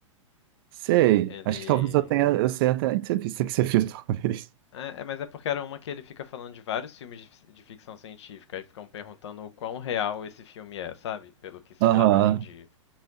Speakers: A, on the right; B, on the left.
A: Sei,
B: Ele.
A: acho que talvez eu tenha, eu sei até a entrevista que você fez <laughs> talvez.
B: É, é, mas é porque era uma que ele fica falando de vários filmes de, fi- de ficção científica e ficam perguntando o quão real esse filme é, sabe? Pelo que se
A: Aham.
B: sabe hoje em dia.